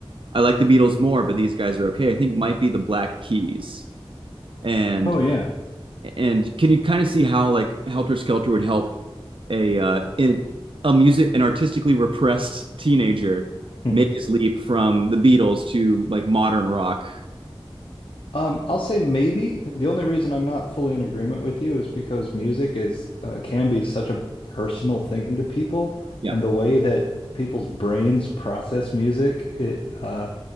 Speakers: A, on the right; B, on the left.
A: I like the Beatles more but these guys are okay I think might be the Black Keys and
B: Oh, yeah.
A: And can you kind of see how like Helter Skelter would help a uh, in a music an artistically repressed teenager
B: Hmm.
A: make his leap from the Beatles to like modern rock?
B: Um, I'll say maybe. The only reason I'm not fully in agreement with you is because music is uh, can be such a personal thing to people,
A: Yeah,
B: and the way that people's brains process music, it uh,